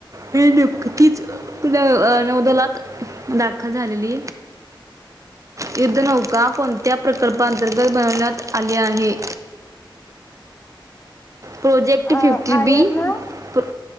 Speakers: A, on the right; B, on the left.
A: हे नियुक्तीच न अ नौदोलात दाखल झालेली. युद्धनौका कोणत्या प्रकल्पा अंतर्गत बनवण्यात आली आहे? प्रोजेक्ट
B: हा
A: फिफ्टी
B: आयर
A: बी
B: ना
A: प्र